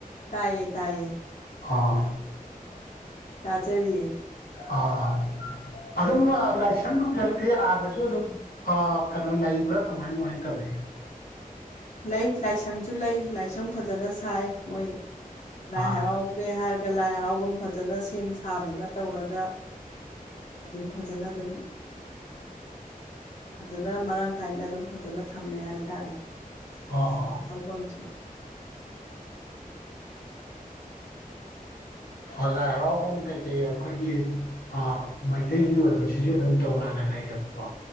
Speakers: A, on the left; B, on the left.
A: ꯇꯥꯏꯌꯦ ꯇꯥꯏꯌꯦ
B: ꯑꯥ
A: ꯇꯥꯖꯔꯤꯌꯦ
B: ꯑꯥ ꯑꯗꯨꯝ ꯂꯥꯏꯁꯟ ꯅꯨꯡꯀꯥꯗꯦ ꯑꯥꯗꯁꯨ ꯑꯗꯨꯝ ꯑ ꯀꯩꯅꯣ ꯂꯩꯕ꯭ꯔꯥ ꯀꯃꯥꯏ ꯀꯃꯥꯏꯅ ꯇꯧꯋꯦ
A: ꯂꯩ ꯂꯥꯏꯁꯪꯁꯨ ꯂꯩ ꯂꯥꯏꯁꯪ ꯐꯖꯟꯅ ꯁꯥꯏ ꯃꯣꯏ ꯂꯥꯏ
B: ꯑꯥ
A: ꯍꯔꯥꯎ ꯒꯦ ꯍꯥꯏꯔꯒ ꯂꯥꯏ ꯍꯔꯥꯎꯐꯝ ꯐꯖꯅ ꯁꯦꯝ ꯁꯥꯗꯅ ꯇꯧꯔꯒ ꯑꯗꯨꯝ ꯐꯖꯅ ꯑꯗꯨꯝ ꯐꯖꯅ ꯃꯔꯥꯡ ꯀꯥꯏꯅ ꯑꯗꯨꯝ ꯐꯖꯅ ꯊꯝꯃꯦ ꯍꯥꯏꯇꯥꯔꯦ
B: ꯑꯣ ꯑꯣ
A: ꯂꯥꯏ ꯍꯔꯧꯕꯥꯝꯁꯨ
B: ꯑꯥ ꯂꯥꯏ ꯍꯔꯥꯎꯕꯨꯝ ꯀꯩꯀꯩ ꯑꯩꯈꯣꯏꯒꯤ ꯑ ꯃꯩꯇꯩꯒꯤ ꯑꯣꯏꯕꯁꯤꯁꯨ ꯑꯗꯨꯝ ꯇꯣꯉꯥꯟꯅ ꯂꯩꯌꯦꯕꯀꯣ